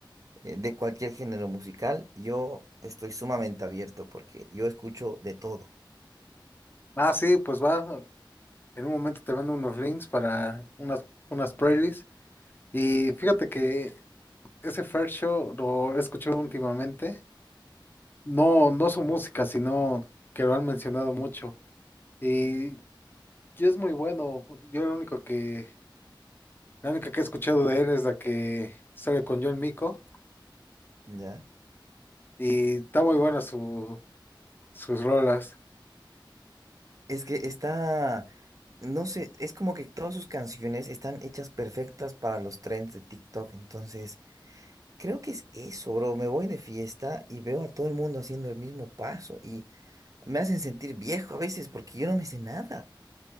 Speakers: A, on the right; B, on the left.
A: eh, de cualquier género musical, yo estoy sumamente abierto porque yo escucho de todo,
B: Ah, sí, pues va. En un momento te mando unos links para unas, unas playlists. Y fíjate que ese First Show lo he escuchado últimamente. No, no su música, sino que lo han mencionado mucho. Y, y es muy bueno. Yo lo único que, la única que he escuchado de él es la que sale con John Mico.
A: ¿ya?
B: Y está muy buena su, sus rolas.
A: Es que está, no sé, es como que todas sus canciones están hechas perfectas para los trends de TikTok. Entonces, creo que es eso, bro. Me voy de fiesta y veo a todo el mundo haciendo el mismo paso y me hacen sentir viejo a veces porque yo no me sé nada.